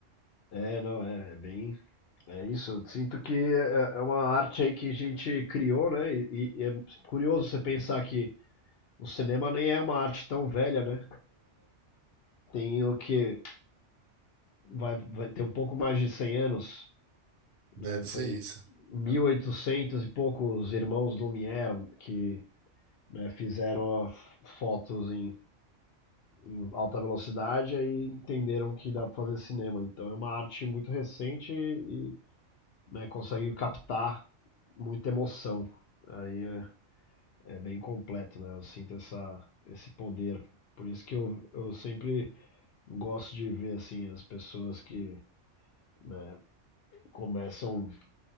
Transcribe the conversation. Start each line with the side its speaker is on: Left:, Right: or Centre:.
Left: É, não, é, é bem. É isso. Eu sinto que é, é uma arte aí que a gente criou, né? E, e é curioso você pensar que O cinema nem é uma arte tão velha, né? Tem o que vai, vai ter um pouco mais de 100 anos,
Right: Deve
Left: né?
Right: ser
Left: Foi
Right: isso.
Left: mil
Right: É.
Left: e oitocentos e poucos irmãos Lumière que, né, fizeram a- fotos em, em alta velocidade e aí entenderam que dá para fazer cinema. Então é uma arte muito recente e, né, consegue captar muita emoção. Aí é, é bem completo, né? Eu sinto essa, esse poder. Por isso que eu, eu sempre Gosto de ver assim as pessoas que né, começam